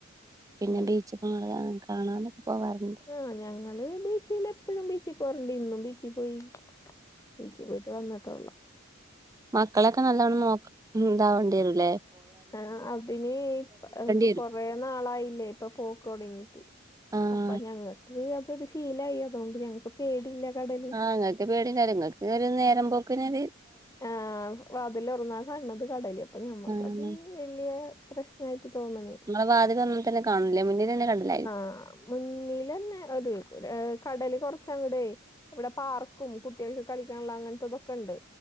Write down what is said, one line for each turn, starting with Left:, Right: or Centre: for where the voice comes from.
Right: പിന്നെ
Left: ഉം
Right: ബീച്ച് ആഹ് ആഹ് കാണാനൊക്കെ പോവാറ്ണ്ട്
Left: ആഹ് ഞങ്ങള് ബീച്ചിലെപ്പഴും ബീച്ചി പോവാറ്ണ്ട് ഇന്നും ബീച്ചി പോയി ബീച്ചി പോയിട്ട് വന്ന്ട്ടൊള്ളൂ
Right: മക്കളെക്കെ നല്ലോണം നോക് ഇതാവണ്ട്യേരുലേ
Left: ആഹ് അതിന് ഇപ്പ ഇപ്പൊ
Right: വരും
Left: കൊറേ നാളായില്ലേ ഇപ്പൊ പോക്കൊടങ്ങീട്ട്
Right: ആഹ്
Left: അപ്പ ഞങ്ങക്ക് അതൊരു ശീലായി അതോണ്ട് ഞങ്ങക്ക് പേടിയില്ല കടല്
Right: ആഹ് ഇങ്ങക്ക് പേടിണ്ടാവൂല ഇങ്ങക്ക് ഒരു നേരം പോക്കിനൊര്
Left: ആഹ് വാതിലൊർന്നാ കാൺണ്ണത് കടല് അപ്പൊ ഞമ്മക്കത്
Right: ആഹ്
Left: വല്യേ പ്രശ്നായിട്ട് തോന്ന്ണി
Right: ഇങ്ങളെ വാതിലൊർന്നാ തന്നെ കാണുലെ മുന്നിലെന്നെ കടലായിരിക്കും
Left: ആഹ് മുന്നിലെന്നെ ഒര് ഏഹ് കടല് കൊർച്ചങ്ങടെ ഇവിടെ പാർക്കും കുട്ട്യൾക്ക് കളിക്കാൻള്ള അങ്ങനത്തതൊക്കെണ്ട്